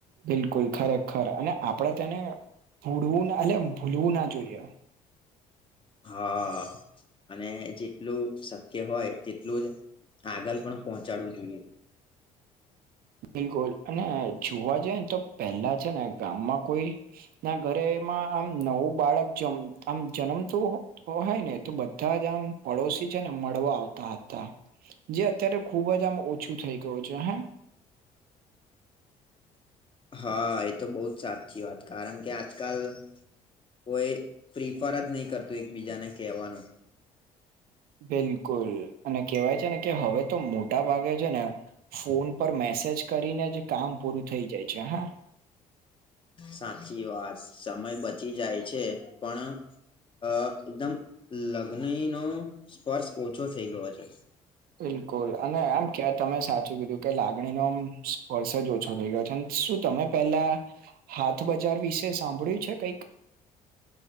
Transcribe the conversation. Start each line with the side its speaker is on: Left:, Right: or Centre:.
Right: બિલકુલ ખરેખર અને આપડે તેને ભૂલવું ના એટલે <unintelligible> ભૂલવું ના જોઈએ.
Left: હા, અને જેટલું શક્ય હોય તેટલું જ આગળ પણ પહોંચાડવું જોઈએ.
Right: બિલકુલ અને જોવા જઈ ને તો પહેલા છે, ને ગામમાં કોઈ ના ઘરેમાં આમ નવું બાળક જમ આમ જન્મતુ ઓ <unintelligible> હાય ને તો બધા જ આમ પડોશી ને મળવા આવતા હતા જે અત્યારે ખુબ જ આમ ઓછું થઈ ગયું છે હ
Left: <inaudible> હા એ તો બહ જ સાચી વાત કારણ કે આ આજકાલ કોઈ પ્રિફર જ નહી કરતું એકબીજાને કહેવાનું
Right: બિલકુલ અને કેહેવાય છે ને કે હવે તો મોટા ભાગે છે ને ફોન પર મેસેજ કરીને જ કામ પૂરું થઈ જાય છે હા
Left: સાચી વાત સમય બચી જાય છે પણ અ એકદમ લગની નો સ્પર્શ ઓછો થઈ ગયો છે
Right: બિલકુલ અને આમ ક્યાં તમે સાચું કીધું કે લાગણીનો આમ સ્પર્શ જ ઓછો થઈ ગયો છે ને શું તમે પેલા હાથ બજાર વિશે સાંભળ્યું છે કઈક